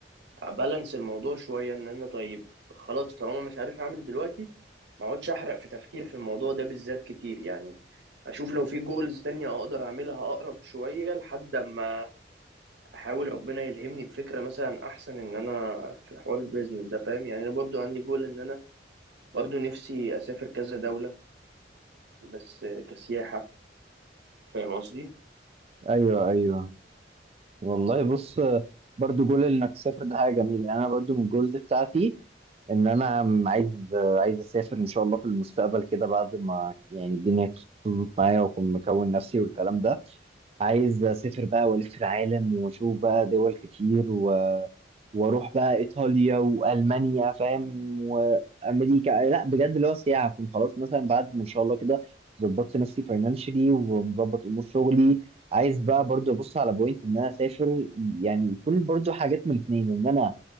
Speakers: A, on the right (about 80°); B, on the right (about 35°).
A: ابالانس الموضوع شويه ان انا طيب خلاص طالما مش عارف اعمل دلوقتي ما اقعدش احرق في تفكير في الموضوع ده بالذات كتير يعني اشوف لو في جولز تانية اقدر اعملها اقرب شويه لحد اما احاول ربنا يلهمني بفكره مثلا احسن ان انا في حوار البيزنس ده فاهم يعني انا برضو عندي جول ان انا برضو نفسي اسافر كذا دوله بس كسياحه فاهم قصدي
B: ايوه ايوه والله بص برضو جول انك تسافر ده حاجه جميله يعني انا برضو من الجولز بتاعتي ان انا م- عايز عايز اسافر ان شاء الله في المستقبل كده بعد ما يعني الدنيا تظبط معايا واكون مكون نفسي والكلام ده عايز اسافر بقى والف العالم واشوف بقى دول كتير و... واروح بقى ايطاليا والمانيا فاهم وامريكا لا بجد اللي هو سياحه اكون خلاص مثلا بعد ما ان شاء الله كده ظبطت نفسي فاينانشلي ومظبط امور شغلي عايز بقى برضو ابص على بوينت ان انا اسافر يعني يكون برضو حاجات من الاثنين ان انا